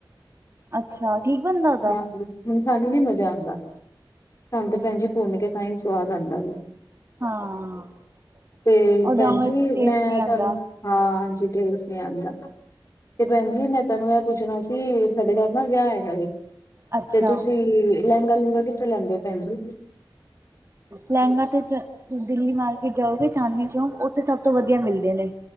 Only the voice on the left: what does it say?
ਹਾਂ ਹੁਣ ਸਾਨੂੰ ਨੀ ਮਜ਼ਾ ਆਉਂਦਾ, ਸਾਨੂੰ ਤੇ ਭੁਨ ਕੇ ਤਾਂ ਹੀ ਸਵਾਦ ਆਉਂਦਾ ਵ
ਤੇ
ਭੈਣ
ਜੀ,
ਮੈਂ
ਤੁਹਾਨੂੰ ਹਾਂ ਏ ਨਈ ਇੰਜ ਟੈਟਸ ਆਦਾ ਤੇ ਭੈਣ ਜੀ, ਮੈਂ ਤੈਨੂੰ ਇਹ ਪੁੱਛਣਾ ਸੀ, ਸਾਡੇ ਘਰ ਨਾ ਵਿਆਹ ਹੈਗਾ
ਤੇ ਤੁਸੀਂ, ਲਹਿੰਗਾ -ਲੂੰਗਾ ਕਿੱਥੋਂ ਲੈਂਦੇ ਹੋ ਭੈਣ ਜੀ?